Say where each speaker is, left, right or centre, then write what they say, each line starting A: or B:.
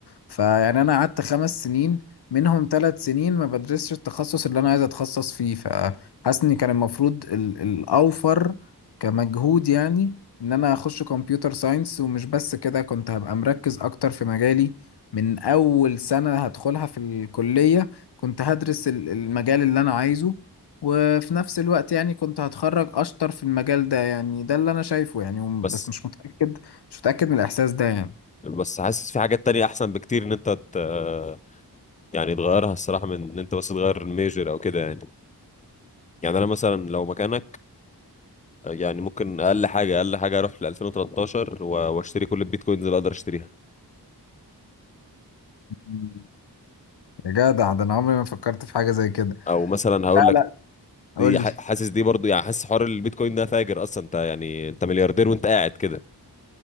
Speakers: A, on the left; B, on the left.
A: فيعني انا قعدت خمس سنين منهم ثلاث سنين ما بدرسش التخصص اللي انا عايز اتخصص فيه فحاسس ان كان المفروض ال- الاوفر كمجهود يعني ان انا اخش كمبيوتر ساينس ومش بس كده كنت هبقى مركز اكتر في مجالي من اول سنة هدخلها في الكلية كنت هدرس ال- المجال اللي انا عايزه وفي نفس الوقت يعني كنت هتخرج اشطر في المجال ده يعني ده اللي انا شايفه يعني وم-
B: بس
A: بس مش متأكد مش متأكد من الاحساس ده
B: بس حاسس في حاجات تانية أحسن بكتير إن أنت ت- يعني تغيرها الصراحة من إن أنت بس تغير الميجر أو كده يعني يعني انا مثلا لو مكانك يعني ممكن اقل حاجه اقل حاجه اروح ل 2013 و- واشتري كل البيتكوينز اللي اقدر اشتريها
A: يعني يا جدع ده انا عمري ما فكرت في حاجه زي كده
B: او مثلا هقول
A: لا
B: لك
A: لا قول
B: دي ح-
A: لي
B: حاسس دي برضو يعني حاسس حوار البيتكوين ده فاجر اصلا انت يعني انت ملياردير وانت قاعد كده